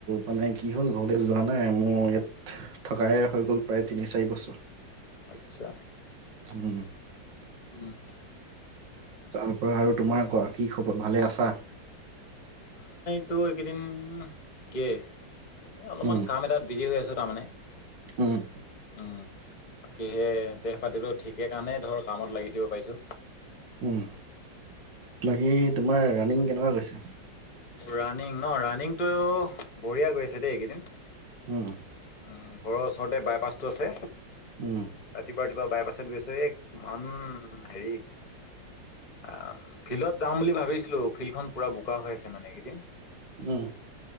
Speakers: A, on the right; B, on the left.
A: মানে কি হ'ল ঘৰলৈ যোৱা নাই মোৰ ইয়াত থকাই হৈ গ'ল প্ৰায় তিনি চাৰি বছৰ।
B: আচ্ছা
A: উম
B: উম
A: তাৰ পৰাৰ আৰু তোমাৰ কোৱা, কি খবৰ ভালে আছা?
B: ত' এইকেইদিন ঠিকেই, এনেই অলপমান
A: উম
B: কাম এটাত বিজি হৈ আছো। তাৰমানে,
A: উম
B: উম তাকে। সেইয়ে দেহ পাতিটো ঠিকেই কাৰণে ধৰ কামত লাগি- দেখিব পাইছো
A: উম লাগে। তোমাৰ ৰানিং কেনেকুৱা গৈছে?
B: ৰাণিং ন ৰাণিংটো বঢ়িয়া গৈছে দেই এইকেইদিন।
A: উম
B: উম ঘৰৰ ওচৰতে বাইপাছটো আছে
A: উম
B: ৰাতিপুৱা ৰাতিপুৱা বাই পাছ চব ব্যস্তয়ে মানে হেৰি অ ফিল্ডত যাম বুলি ভাবিছিলো ফিল্ডখন পুৰা ৱা হৈ আছে মানে এইকেইদিন
A: উম